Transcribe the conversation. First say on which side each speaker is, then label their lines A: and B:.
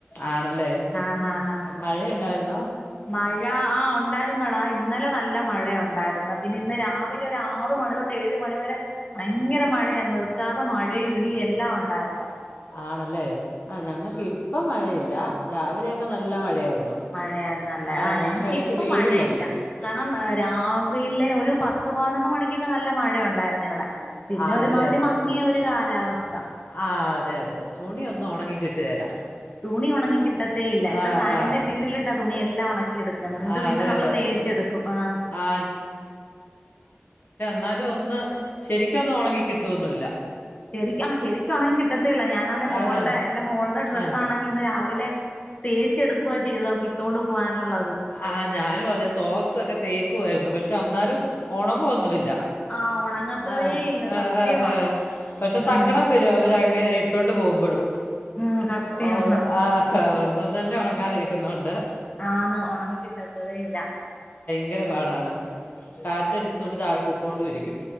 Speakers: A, on the left; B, on the left.
A: ആണല്ലേ
B: ആഹ് ഹാ ഹാ
A: മഴയുണ്ടായിരുന്നു. ന്നോ
B: മഴ ആ ഒണ്ടായിരുന്നട ഇന്നലെ നല്ല മഴ ഒണ്ടായിരുന്ന്. പിന്നെ ഇന്ന് രാവിലെ ഒര് ആറു മണി തൊട്ട് ഏഴ് മണിവരെ ഭയങ്കര മഴയർന്നു നിർ ത്താത മഴയും ഇടി എല്ലാം ഒണ്ടായിരുന്ന്.
A: ആണല്ലേ ആ ഞങ്ങക്ക് ഇപ്പം മഴയില്ല രാവിലെയൊക്കെ നല്ല മഴയായിരുന്നു.
B: മഴയായിരുന്നല്ലേ
A: ആ
B: ആഹ് ഞങ്ങക്ക്
A: ഇടക്ക്
B: ഇപ്പൊ
A: വെയിലും
B: മഴയില്ല.
A: വന്നു
B: കാരണം രാവിലെ ഒരു പത്ത് പതിനൊന്ന് മണിക്ക് നല്ല മഴ ഒണ്ടായിരുന്ന് ഇവടെ പിന്നെ
A: ആണല്ലേ
B: ഒരുമാതിരി മങ്ങിയ ഒരു കാ ലാവസ്
A: ആ അതെ അതെ തുണി ഒന്നും ഒണങ്ങി കിട്ടുകേല.
B: തുണി ഒണങ്ങി കിട്ടത്തേ ഇല്ല ഇവിടെ
A: ആ
B: ഫാനിന്റെ
A: ആ
B: കീഴിലിട്ടാ തുണി എല്ലാം ഒണക്കിട്ക്ക്ക. എന്നിട്ട്
A: ആ
B: പിന്നെ
A: അതെ
B: നമ്മള്
A: അതെ
B: തേച്ചെടുക്കും. ആഹ്.
A: ആ ന്നാലും ഒന്ന് ശരിക്കൊന്നും ഒണങ്ങി കിട്ടുവൊന്നും ഇല്ല.
B: ചെറി ആഹ് ശെരിക്കും ഒണങ്ങി കിട്ടത്തെല്ല. ഞാനാന്നെ മോളുടെ
A: ആ ആ
B: എന്റെ മോളുടെ ഡ്രസ്സ്
A: ആ
B: ആണെങ്കി ഇന്ന് രാവിലെ തേച്ചെടുക്കുവാ ചെയ്തോക്കി ട്ടോണ്ട് പോവാനുള്ള
A: ആഹ് ഞാനും അതെ സോക്സ് ഒക്കെ തേക്കുആയിരു പക്ഷെ എന്നാലും ഒണങ്ങും ഒന്നുംല്ല
B: ആ ഉണങ്ങത്തതേ
A: ആ
B: ഇല്ല
A: ആ
B: സത്യവാ
A: ആഹ് ആഹ് പക്ഷെ
B: ഉം
A: സങ്കടം വരും അവര് അങ്ങനെയി ട്ടോണ്ട് പോകുമ്പോഴു
B: ഉം സത്യം
A: ഓ
B: ആ
A: ആഹ ഒന്നും തന്നെ ഓണങ്ങാതിരിക്കുന്നോണ്ട്
B: ആഹണ് ഒണങ്ങി കിട്ടത്തതേ ഇല്ല.
A: ങ്കര പാടാണ്. കാറ്റടിച്ച്
B: ആഹ്
A: തുണി താഴെ പൊ പൊ ണ്ടിരിക്കും